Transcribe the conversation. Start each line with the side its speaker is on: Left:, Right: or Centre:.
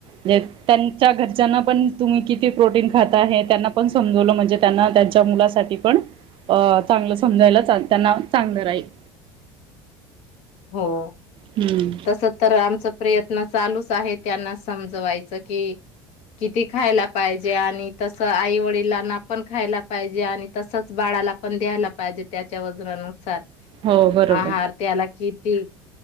Right: म्हे त्यांच्या घरच्यांना पण तुम्ही किती प्रोटीन खाता हे त्यांना पण समजवलं म्हणजे त्यांना त्यांच्या मुलासाठी पण अ चांगलं समजायला चा त्यांना चांगलं राहील.
Left: हो.
Right: हम्म
Left: तस तर आमचं प्रयत्न चालूच आहे त्यांना समजवायचं कि किती खायला पाहिजे आणि तसं आईवडिलां ना पण खायला पाहिजे आणि तसच बाळाला पण द्यायला पाहिजे त्याच्या वजनानुसार.
Right: हो बरोबर
Left: आहार त्याला किती.